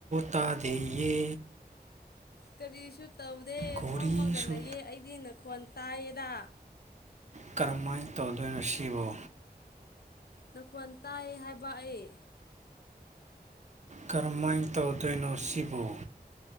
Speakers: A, on the right (about 45°); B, on the left (about 70°).
A: ꯇꯥꯗ‌ꯦꯌꯦ
B: ꯀꯔꯤꯁꯨ ꯇꯧꯗꯦ
A: ꯀꯣꯔꯤꯁꯨ
B: ꯐꯝꯃꯒ ꯂꯩꯌꯦ ꯑꯩꯗꯤ ꯅꯈꯣꯟ ꯇꯥꯏꯌꯦꯗ
A: ꯀꯔꯝꯃꯥꯏꯅ ꯇꯧꯗꯣꯏꯅꯣ ꯁꯤꯕꯣ
B: ꯅꯈꯣꯟ ꯇꯥꯏ ꯍꯥꯏꯕ ꯑꯩ
A: ꯀꯔꯝꯃꯥꯏꯅ ꯇꯧꯗꯣꯏꯅꯣ ꯁꯤꯕꯨ